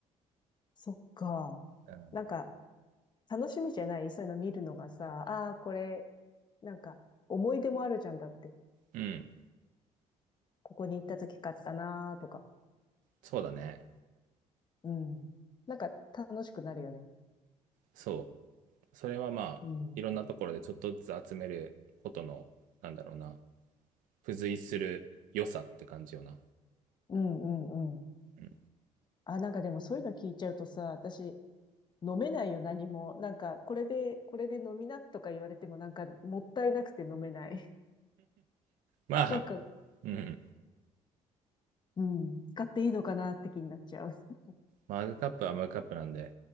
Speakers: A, on the left; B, on the right.
A: そっか。
B: うん。
A: なんか、楽しみじゃないそういうの見るのがさ、ああ、これ、なんか、思い出もあるじゃんだって。
B: うん。
A: ここに行った時買ったなーとか。
B: そうだね。
A: うん。なんか、楽しくなるよね。
B: そう。それはまあ、
A: うん。
B: いろんなところでちょっとずつ集めることの、なんだろうな、付随する良さって感じよな。
A: うん、うん、うん。
B: うん
A: あ、なんかでもそういうの聞いちゃうとさ、私、飲めないよ、何も。なんか、これで、これで飲みなとか言われても、なんか、もったいなくて飲めない。
B: まあ、
A: <laughs> なんか、
B: うん。
A: うん、使っていいのかなって気になっちゃう。<laughs>
B: マグカップはマグカップなんで、